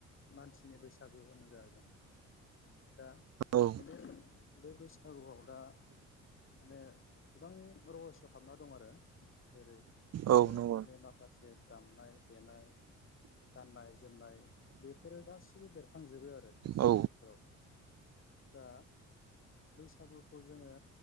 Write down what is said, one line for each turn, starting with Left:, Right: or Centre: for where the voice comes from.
Left: मानसिनि बैसागु होनो जाहैदों दा
Right: औ
Left: बे बैसागुआव दा माने गोबां रहयस हाबना दं आरो जेरै
Right: औ
Left: बर
Right: नंगौ
Left: फोरनि माखासे दामनाय देनाय गाननाय जोमनाय बेफोरो गासिबो बेरखांजोबो आरो बैसागु
Right: औ
Left: बोथोराव दा बैसागुखौ जोङो